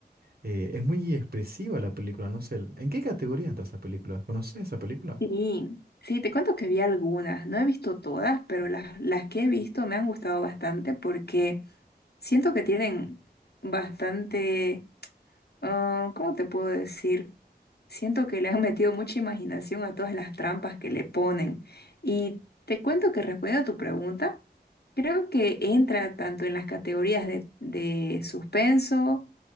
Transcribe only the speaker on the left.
Sí, sí, te cuento que vi algunas, no he visto todas, pero las, las que he visto me han gustado bastante porque siento que tienen bastante, ah, ¿cómo te puedo decir? Siento que le han metido mucha imaginación a todas las trampas que le ponen. Y te cuento que respondiendo a tu pregunta, creo que entra tanto en las categorías de, de suspenso